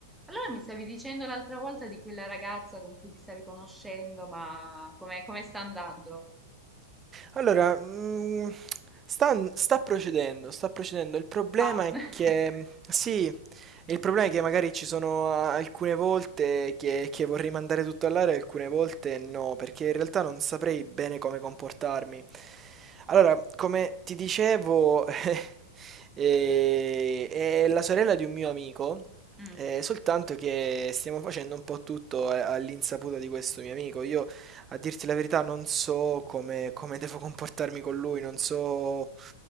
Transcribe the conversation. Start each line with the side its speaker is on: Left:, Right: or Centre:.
Centre: Allora mi stavi dicendo l'altra volta di quella ragazza con cui ti stavi conoscendo, ma com'è, come sta andando?
Right: Allora, mhmm, stan sta procedendo, sta procedendo. Il problema
Centre: Va. <laughs>
Right: è che mhmm, sì, il problema è che magari ci sono a alcune volte che che vorrei mandare tutto all'aria e alcune volte no, perché in realtà non saprei bene come comportarmi. Allora, come ti dicevo, <laughs> ehm, è la sorella di un mio amico,
Centre: Mm.
Right: ehm, soltanto che stiamo facendo un po' tutto a all'insaputa di questo mio amico. Io a dirti la verità, non so come, come devo comportarmi con lui, non so...